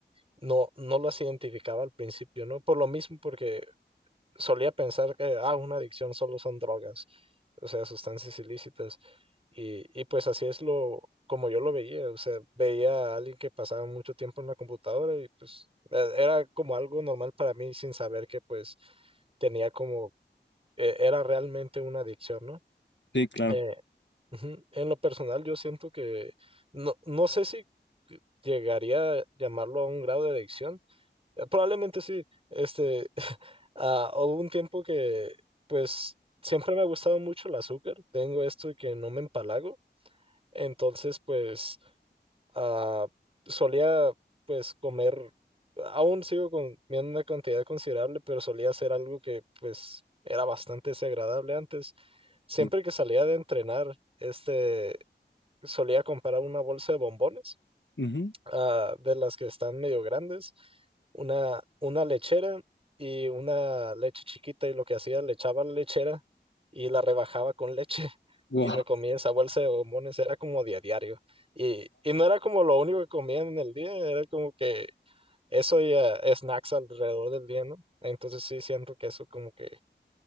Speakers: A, on the right; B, on the left.
A: no, no las identificaba al principio, ¿no? Por lo mismo, porque solía pensar que, ah, una adicción solo son drogas, o sea, sustancias ilícitas. Y, y pues así es lo, como yo lo veía, o sea, veía a alguien que pasaba mucho tiempo en la computadora y pues e- era como algo normal para mí sin saber que pues tenía como, e- era realmente una adicción, ¿no?
B: Sí, claro.
A: Eh, Ujú. En lo personal, yo siento que no, no sé si llegaría a llamarlo a un grado de adicción. Eh, Probablemente sí. Este, <laughs> ah, hubo un tiempo que, pues, siempre me ha gustado mucho el azúcar. Tengo esto de que no me empalago. Entonces, pues, ah, solía, pues, comer. Aún sigo comiendo una cantidad considerable, pero solía hacer algo que, pues, era bastante desagradable antes. Siempre
B: Sí.
A: que salía de entrenar, este solía comprar una bolsa de bombones,
B: Ujú.
A: ah, de las que están medio grandes, una, una lechera y una leche chiquita y lo que hacía, le echaba la lechera y la rebajaba con leche <laughs>
B: Wow.
A: y me comía esa bolsa de bombones, era como día a diario. Y, y no era como lo único que comía en el día, era como que eso y ah, snacks alrededor del día, ¿no? Entonces sí siento que eso como que